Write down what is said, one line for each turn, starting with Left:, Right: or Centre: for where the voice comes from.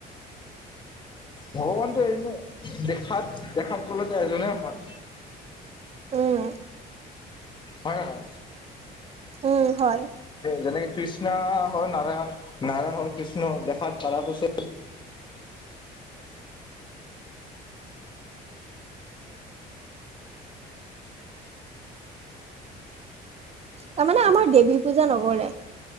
Left: ভগৱানটো এজনে দেখাত দেখাত কলেটো এজনেই হয়।
Right: উম
Left: হয় হয়,
Right: উম হয়
Left: যেনেকে কৃষ্ণা হয় নাৰায়ণ নাৰায়ণ হল কৃষ্ণা দেখাত পাৰটোছে
Right: তাৰমানে আমাৰ দেৱী পূজা নকৰে।